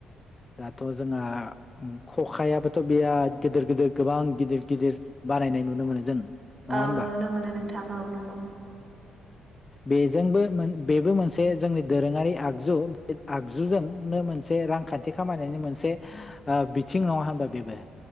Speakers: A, on the left; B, on the right.
A: दाथ' जोंहा खखायाबोथ' बिराद गिदिर गिदिर गोबां गिदिर गिदिर बारायनाय नुनो मोनो जों नङा
B: औ
A: होनबा
B: नुनो मोनो नोंथां औ नंगौ
A: बेजोंबो बेबो मोनसे जोंनि दोरोङारि आगजु बे आगजुजोंनो मोनसे रांखान्थि खामायनायनि मोनसे बिथिं नङा होनबा बेबो